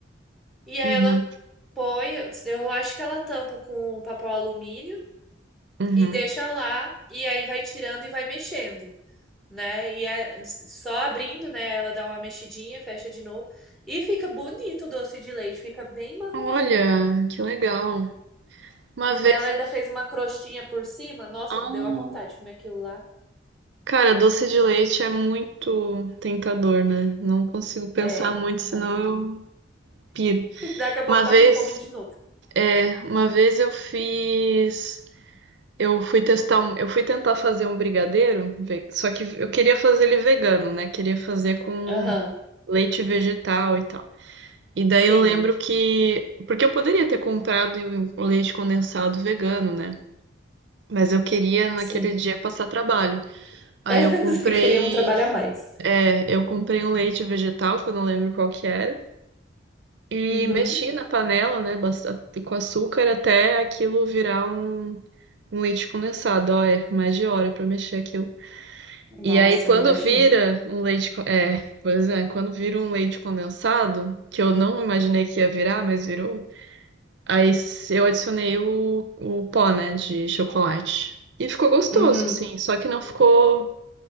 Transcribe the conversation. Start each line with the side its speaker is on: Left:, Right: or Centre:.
Centre: E aí
Right: Uhum.
Centre: ela põe, eu acho que ela tampa com papel alumínio
Right: Uhum.
Centre: e deixa lá e aí vai tirando e vai mexendo, né? E é só abrindo, né? Ela dá uma mexidinha, fecha de novo e fica bonito o doce de leite, fica bem marronzinho.
Right: Olha, que legal. Uma
Centre: E o
Right: vez
Centre: dela ainda
Right: eu.
Centre: fez uma crostinha por cima. Nossa,
Right: Ah,
Centre: deu a vontade de comer aquilo lá.
Right: cara, doce de leite é muito tentador, né? Não consigo pensar
Centre: É,
Right: muito,
Centre: muito.
Right: senão eu piro.
Centre: daqui a pouco
Right: Uma
Centre: tá
Right: vez,
Centre: com fome de novo.
Right: é, uma vez eu fiz. Eu fui testar, um- eu fui tentar fazer um brigadeiro, ve- só que eu queria fazer ele vegano, né? Queria fazer com
Centre: Aham,
Right: leite vegetal e tal. E daí
Centre: sim,
Right: eu lembro que. Porque eu poderia ter comprado o leite condensado vegano, né? Mas eu queria naquele
Centre: sim.
Right: dia
Centre: <laughs>
Right: passar trabalho. Aí
Centre: É,
Right: eu comprei.
Centre: você queria um trabalho a mais.
Right: É, eu comprei um leite vegetal, que eu não lembro qual que era. E
Centre: Uhum.
Right: mexi na panela, né? basta- Com açúcar até aquilo virar um, um leite condensado. Ó, é mais de hora pra mexer aquilo.
Centre: Nossa,
Right: E aí quando
Centre: eu imagino.
Right: vira um leite. co- É, pois é, quando vira um leite condensado, que eu não imaginei que ia virar, mas virou. Aí s- eu adicionei o, o pó, né, de chocolate. E ficou gostoso,
Centre: Uhum,
Right: assim. Só que não ficou.